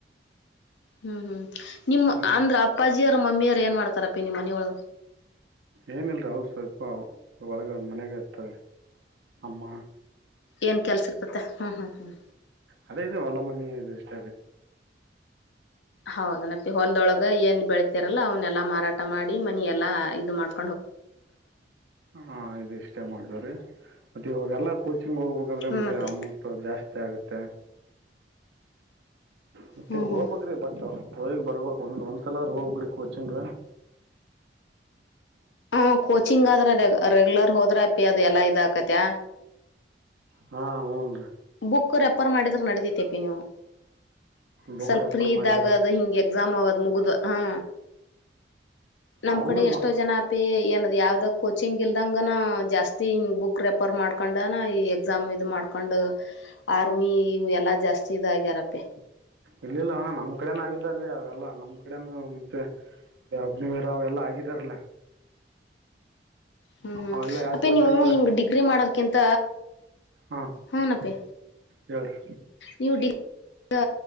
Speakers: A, on the left; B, on the right.
A: ಹ್ಮ್ ಹ್ಮ್ ನಿಮ್ಮ
B: ಹ್ಮ್
A: ಅಂದ್ರ ಅಪ್ಪಾಜಿಯರು ಮಮ್ಮಿಯರು ಏನ್ ಮಾಡ್ತಾರಪ್ಪಿ ನಿಮ್ಮನ ಒಳ
B: ಏನಲ್ರಿ ಅವವು ಸ್ವಲ್ಪ ಒಳಗ ಮನೆಗ ಇರ್ತಾರೆ ಅಮ್ಮ
A: ಏನ್ ಕೆಲ್ಸ ಇರ್ತ ಹ್ಮ್ ಹ್ಮ್ ಹ್ಮ್
B: ಅದೇ ಇ ವಲ್ಲ ಮಣಿ ಇ ಇಷ್ಟ
A: ಹೌದನತ್ತೆ ಹೊಲ್ದೊಳಗ ಏನ್ ಬೆಳತರಲ್ಲಾ ಅವ್ನ್ನಲ್ಲಾ ಮಾರಾಟ ಮಾಡಿ ಮನಿ ಎಲ್ಲಾ ಇದು ಮಾಡ್
B: ಹಾ ಇದ ಇಷ್ಟೇ ಮಾಡತವ್ರೀ ಮತ್ತೆ ಇವಾಗೆಲ್ಲ ಕೋಚಿಂಗ್ ಹೋಗ್ಬೇಕಂದ್ರೆ
A: ಹ್ಮ್
B: ಮತ್ತೆ
A: ಅಪ್ಪಿ
B: ಅಮೌಂಟ್ ಜಾಸ್ತಿ ಆಗುತ್ತೆ ಮತ್ತೆ
A: ಹ್ಮ್
B: ಹೋಗಬಕ್್ರೀ
A: ಹ್ಮ್
B: ಬಟ್ಟ ಹೋಗಿಗ್ ಬರ್ಬೇಕು ಒಂದು್ ಒಂದ್ಸಲ ಹೋಗ್ರಿ ಕೋಚಿಂಗ
A: ಹ ಕೋಚಿಂಗ್ ಆದ್ರೆ ರೆಗ್ಯುಲರ್ ಹೋದ್ರೆ ಅಪಿ ಅದು ಎಲ್ಲಾ ಇದಾಕತ
B: ಹಾ ಹಊನ್ ರೀ
A: ಮುಕ್ಕರ್ ರೆಪರ್ ಮಾಡಿದ್ರರು ನಡತತಿೇಪ ನೀವು
B: ಬುಕ್
A: ಸ್ವಲ್ಪ
B: ರೆಫರ್
A: ಫ್ರೀ ಇದ್ದಾಗದು
B: ಮಾಡಿದ್ರಿ
A: ಹಿಂಗೆ ಎಕ್ಸಾಮ್ ಆಗದ್ ಮುಗುದು ಹ ನಮ್
B: ಅವಂಗ
A: ಕಡೆ ಎಷ್ಟೋ ಜನ ಅಪಿ ಏನದ್ ಯಾವ್ದ್ ಕೋಚಿಂಗ್ ಇಲ್ದಂಗನ ಜಾಸ್ತಿ ಹಿಂಗ್ ಬುಕ್ ರೆಫರ್ ಮಾಡ್ಕೊಂಡ ಈ ಎಕ್ಸಾಮ್ ಇದ್ ಮಾಡ್ಕೊಂಡ ಕಕೊಂಡ್ ಆರ್ಮಿ ಇ ಎಲ್ಲಾ ಜಾಸ್ತಿ ಇದಾಗ್ಯಾರಪ್ಪೇ
B: ಇಲ್ಲಿಲ್ಲ ಹಾ ನಮ್ ಕಡೆನ ಆಗಿದಾರೀ ಅವೆಲ್ಲ ನಮ ಕಡೆ ಮತ್ತೆ ಅಗ್ನರಾವ್ ಎಲ್ಲಾ ಆಗಿದಾರಲ್ಲ
A: ಹ್ಮ್ ಹ್ಮ್
B: ಅವೆಲ್ಲಾ ಯಾಕೆ
A: ಅಪ್ಪೇ
B: ಕೋಚಿಂಗ್
A: ನೀವು
B: ಇಲ್ಲ
A: ಹಿಂಗ್ ಡಿಗ್ರಿ ಮಾಡರ್ಕಿಂತ
B: ಹಾ
A: ಹನಪ್ಪೇ
B: ಹೇಳ್ರಿ
A: ನೀವು ಈಗ